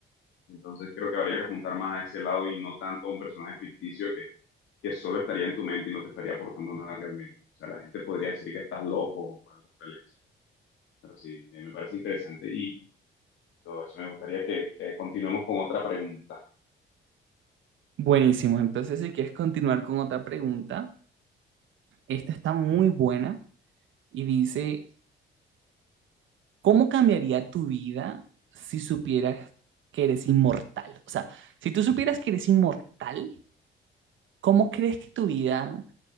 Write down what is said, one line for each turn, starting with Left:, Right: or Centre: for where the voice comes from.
Left: Entonces creo que habría que apuntar más a ese lado y no tanto a un personaje ficticio que, que solo estaría en tu mente y no te estaría aportando nada realmente. O sea, la gente podría decir que estás loco o algo por el estilo. Pero sí, eh, me parece interesante y todo eso. Me gustaría que que continuemos con otra pregunta.
Right: Buenísimo. Entonces, si quieres continuar con otra pregunta, esta está muy buena. y dice, ¿cómo cambiaría tu vida si supieras que eres inmortal? O sea, si tú supieras que eres inmortal, ¿cómo crees que tu vida